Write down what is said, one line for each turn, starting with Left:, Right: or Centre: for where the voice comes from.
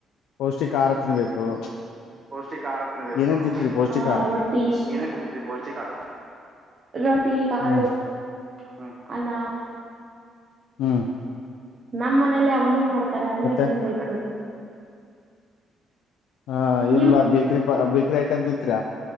Left: ಪೌಷ್ಟಿಕ ಆಹಾರ ತಿನ್ಬೇಕು
Right: ಪೌಷ್ಟಿಕ ಆಹಾರ ತಿನ್ಬೇಕು
Left: ಏನೇನ್ ತಿಂತರಿ ಪೌಷ್ಟಿಕ
Right: ಹಾ
Left: ಆಹಾರ
Right: ರೊಟ್ಟಿ ಏನ್ ಏನ್ ತಿಂತೀರಿ ಪೌಷ್ಟಿಕ ಆಹಾರ ರೊಟ್ಟಿ ಕಾಳು
Left: ಹ್ಮ್
Right: ಹ್ಮ್ ಅನ್ನಾ
Left: ಹ್ಮ್
Right: ನಮ್ಮ್ ಮನೇಲಿ ಅವನೇ ಮಾಡ್ತ ತಾರೆ ಅವನೇ
Left: ಮತ್ತೆ
Right: ತಿನ್ಬೇಕು <inaudible>
Left: ಹಾ
Right: ನಿಮ್
Left: ಎಲ್ಲ ಬೆ <unintelligible> <unintelligible> ಬೇಕ ಬೇಕರಿ ಐಟಂ ತಿಂತ್ರಾ